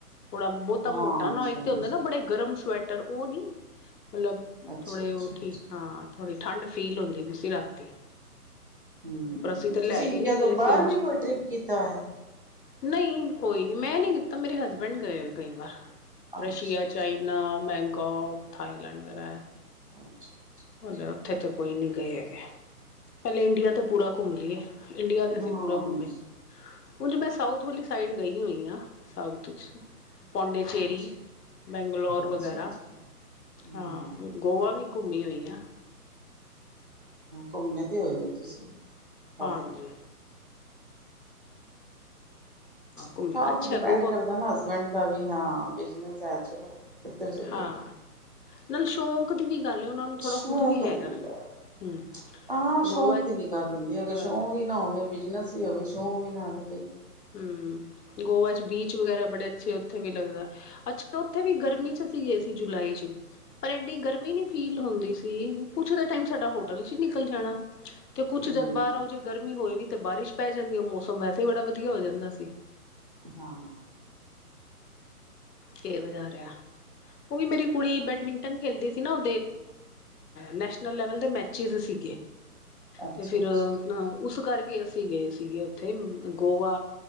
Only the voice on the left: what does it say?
ਥੋੜਾ, ਬਹੁਤਾ
ਮੋਟਾ ਨ ਹੋ, ਇਕ ਤੇ
ਹੁੰਦਾ ਨਾ ਬੜੇ ਗਰਮ ਸਵੈਟਰ ਉਹ ਨੀ ਮਤਲਬ।
ਥੋੜੇ
ਉਹ ਠੀਕ ਹਾਂ। ਥੋੜ੍ਹੀ ਠੰਡ, ਫੀਲ ਹੁੰਦੀ ਪਈ ਸੀ ਰਾਤੀ
ਪਰ ਅਸੀਂ ਤਾਂ ਲੈ
ਕੇ
ਨਹੀਂ ਗਏ
ਸੀ ਉਂਝ
ਨਹੀਂ। ਕੋਈ ਨਹੀਂੀ। ਮੈਂ ਨਹੀਂ ਕੀਤਾ, ਮੇਰੇ ਹਸਬੈਂਡ ਗਏ ਹੋਏ ਕਈ ਵਾਰ
ਰਸ਼ੀਆ,
ਚਾਈਨਾ, ਮੈਂਕੋਕ, ਥਾਈਲੈਂਡ ਵਗੈਰਾ
ਹਾਲੇ ਉੱਥੇ ਤੇ ਕੋਈ ਨੀ ਗਏ ਹੈਗੇ ਪਹਿਲੇ ਇੰਡੀਆ ਤੇ ਪੂਰਾ ਘੁੰਮ ਲਈਏ ਇੰਡੀਆ
ਤੇ ਅਸੀਂ
ਪੂਰਾ ਘੁੰਮੇ ਉਝੰ ਮੈਂ ਸਾਊਥ ਵਾਲੀ ਸਾਈਡ ਗਈ ਹੋਈ ਹਾਂ ਸਾਊਥ 'ਚ ਪੋਂਡਚੇਰੀ,
ਬੈਂਗਲੋੌਰ
ਵਗੈਰਾ
ਹਾਂ ਗੋਵਾ ਵੀ ਘੁੰਮੀ ਹੋਈ ਹਾਂ।
ਹਾਂਜੀ
ਘੁੰਮਿਆ
ਅੱਛਾ
ਗੋਆ
ਹਾਂ
ਨਾਲ ਸ਼ੌਕ ਦੀ ਵੀ ਗੱਲ ਹੈ ਉਹਨਾਂ ਨੂੰ ਥੋੜ੍ਹਾ
ਖੁਦ ਵੀ ਹੈਗਾ।
ਹਮ
ਗੋਆ
ਗੱਲ
ਹੂੰ ਗੋਵਾ 'ਚ ਬੀਚ ਵਗੈਰਾ ਬੜੇ ਅੱਛੇ ਉੱਥੇ ਵੀ ਲੱਗਦਾ ਹੈ। ਅੱਛਾ ਉੱਥੇ ਵੀ ਗਰਮੀ 'ਚ ਅਸੀ ਗਏ ਸੀ ਜੁਲਾਈ ਚ ਪਰ ਐਂ ਗਰਮੀ ਨੀ ਫੀਲ ਹੁੰਦੀ ਸੀ ਕੁਛ ਦਾ ਟਾਈਮ ਸਾਡਾ ਹੋਟਲ 'ਚ ਨਿਕਲ ਜਾਣਾ। ਤੇ ਕੁੱਛ
ਜਦ ਬਾਹਰ ਆੳ ਜੇ ਗਰਮੀ ਹੋਇ ਵੀ ਤੇ ਬਾਰਿਸ਼ ਪੈ ਜਾਂਦੀ ਹੈ ਮੌਸਮ ਵੈਸੇ ਬੜਾ ਵਧੀਆ ਵਧੀਆ ਹੋ ਜਾਂਦਾ ਸੀ।
ਕੇ ਵਜਾ ਰਿਹਾ। ਉਹ ਵੀ ਮੇਰੀ ਕੁੜੀ ਬੈਡਮਿੰਟਨ ਖੇਲਦੀ ਸੀ ਨਾ ਉਹ ਨੈਸ਼ਨਲ ਲੈਵਲ ਦੇ ਮੈਚਿਸ ਸੀ।
ਤੇ ਫਿਰ ਅਪਨਾ ਉਸ ਕਰਕੇ ਅਸੀਂ ਗਏ ਸੀਗੇ ਉੱਥੇ ਗੋਵਾ